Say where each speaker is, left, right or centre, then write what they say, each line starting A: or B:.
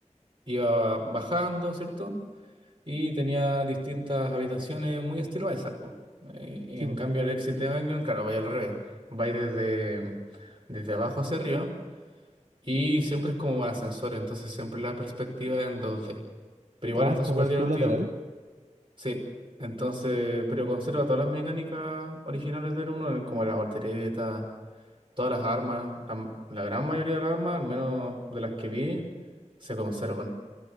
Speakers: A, on the right; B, on the right.
A: iba bajando, ¿cierto? Y tenía distintas habitaciones muy estilo Isaac, po. Eh, Y,
B: Sí,
A: en
B: po.
A: cambio el Exit de claro, vaya al revés. Va desde, desde abajo hacia arriba. Y siempre es como más ascensor, entonces siempre la perspectiva es en dos d Pero igual
B: Ah,
A: está
B: es como
A: súper
B: scroll
A: divertido.
B: lateral.
A: Sí, entonces, pero conserva todas las mecánicas originales del 1, como la voltereta, todas las armas, la, la gran mayoría de las armas, al menos de las que vi, se conservan.